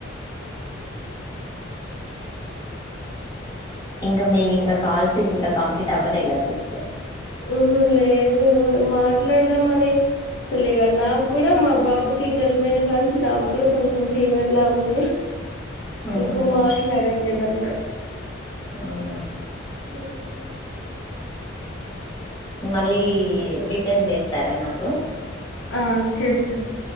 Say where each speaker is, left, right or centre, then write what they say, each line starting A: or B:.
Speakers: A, on the left; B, on the left.
A: ఇంక మీ ఇంక కాల్స్ ఇంక కంప్లీట్ అవ్వలే గద సిస్టర్
B: ఊ హ్మ్ లేదు మాట్లాడదామని అసలు ఇగ నాగ్గూడ మా బాబుకి జలుబైన కాంచి నాగ్గూడ కొంచెం ఫీవర్ లాగుంది
A: ఉహు
B: ఎక్కువ మాట్లాడట్లేదండ్ ట
A: అవునా
B: హ్మ్
A: మళ్ళీ రిటన్ చేస్తారా నాకు?
B: ఆ చేస్తా